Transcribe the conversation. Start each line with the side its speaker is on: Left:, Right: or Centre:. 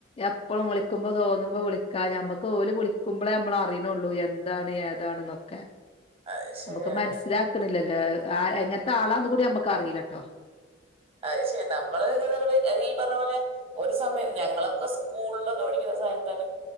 Left: എപ്പഴും വിളിക്കുമ്പോ തോന്നുമ്പോ വിളിക്കാ ഞമ്മുക്ക് ഓല് വിളുമ്പോളേ നമ്മള് അറിയണുള്ളൂ എന്താണ് ഏതാ ഏതാണെന്നൊക്കെ
Right: അത് ശരിയാണ്
Left: നമുക്ക് മനസ്സിലാക്കണില്ലല്ലേ എങ്ങനത്തെ ആളാന്ന് കൂടി നമ്മുക്ക് അറിയില്ലെട്ടോ
Right: അ ശെ നമ്മള് ഇ ഇവിടെ ഈ പറഞ്ഞ പോലെ ഒരു സമയം ഞങ്ങളൊക്കെ സ്കൂളിലൊക്കെ പഠിക്കുന്ന സമയത്ത തന്നെ